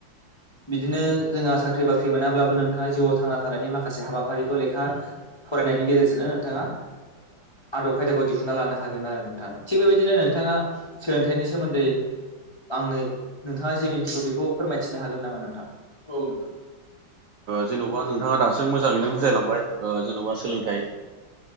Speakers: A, on the left; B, on the right.
A: बिदिनो जोंहा साख्रि बाख्रि मोनाब्लाबो नोंथाङा जिउआव थांना थानायनि माखासे हाबा फारिखौ लेखा फरायनायनि गेजेरजोंनो नोंथाङा आदब खायदाखौ दिहुनना लानो हागोन आरो ना नोंथां थिग बेबायदिनो नोंथाङा सोलोंथाइनि सोमोन्दै आंनो नोंथाङा जे मिथिगौ बेखौ फोरमायथिनो हागोन नामा नोंथां? औ।
B: जेन'बा नोंथाङा दासो मोजाङैनो बुजायलांबाय जेन'बा सोलोंथाइ